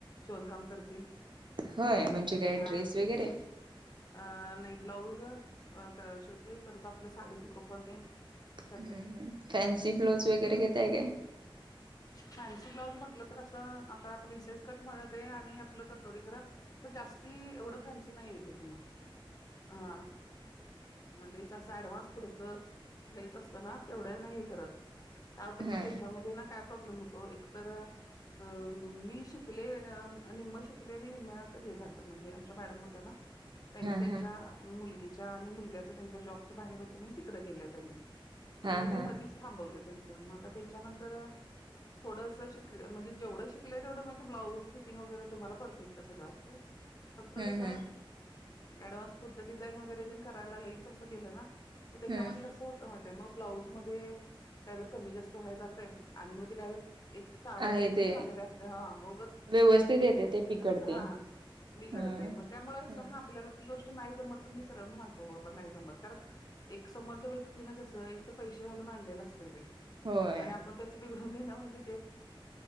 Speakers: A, on the left (about 40°); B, on the right (about 55°).
A: शिवण काम करते.
B: होय म्हणजे काय
A: हा
B: ड्रेस वगैरे.
A: अ नाही ब्लाऊज शिवते परत आपल्या साडी पिको फॉल तेन. करते.
B: ह् ह फॅन्सी ब्लाऊज वगैरे घता आहे काय?
A: फॅन्सी ब्लाउज म्हटलं तर असं आता प्रिन्सेस कट मध्ये आणि आपलं कटोरी खरं- स जास्ती एवढं फॅन्सी नाही आहे घ तुला हा. म लईच असं ऍडव्हान्स पुढच लईच असतं ना तेवढं नाही करत. काय होत
B: हा
A: मग त्याच्यामध्ये ना काय प्रॉब्लेम होतो एक तर- अ मी शिकले निम्म शिकले आणि निम्म्यानंतर हे झालं म्हणजे आमच्या मॅडम होत ना. त्यांनी
B: हा
A: त्यांच्या
B: हा
A: मुलगीच्या आणि मुलग्याच त्यांच्या जॉबच बाहेर होत मग तिकडे गेलं त्यांनी. मग
B: हा
A: त्यांनी
B: हा
A: ते मधीच थांबवलं त्यांचं मग आता त्याच्यानंतर- थोडंसं शिक म्हणजे जेवढं शिकलंय तेवढं म्हणजे ब्लाउज फिटिंग वगैरे तुम्हा परफेक्ट सगळं असते. फक्त
B: हम्म
A: कस
B: हम्म
A: ऍडव्हान्स पुरत डिझाईन वगैरे ज करायला लईच असं गेलं ना. की त्याच्यामध्ये
B: हम्म
A: कसं होतं माहिय मग- ब्लाऊज मध्ये काय जर कमी जास्त व्हाय जातय आणि मग ते काय ज साड्यात
B: आहे
A: रेख
B: ते
A: तर चांगले असते हा मगच
B: व्यवस्थित येते
A: एक
B: ते बिघडते
A: हा.
B: हम्म
A: बिघडत आहे
B: हम्म
A: मग त्यामुळे कसं हा आपल्याला- ती गोष्ट नाही जमत तर मी सगळ्यां सांगतो बरोर नाही जमत कारण एक समोरच्या व्यक्ती ना कसं एक- तर पैसे घालून आणले असते ते.
B: होय.
A: मग त्याच बघडून दे ना म्हहिजे.